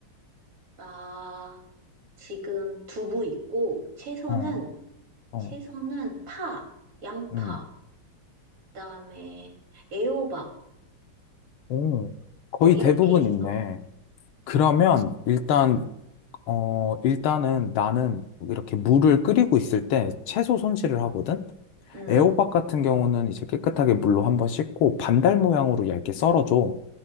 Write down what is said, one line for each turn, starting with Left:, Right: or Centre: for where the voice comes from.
Right: 나, 지금 두부 있고 채소는
Left: 어, 어,
Right: 채소는 파, 양파,
Left: 음,
Right: 그다음에 애호박
Left: 오, 거의
Right: 어 이렇게
Left: 대부분
Right: 있어.
Left: 있네. 그러면 일단
Right: 응
Left: 어, 일단은 나는 이렇게 물을 끓이고 있을 때 채소 손질을 하거든?
Right: 응
Left: 애호박 같은 경우는 이제 깨끗하게 물로 한번 씻고 반달 모양으로 얇게 썰어줘.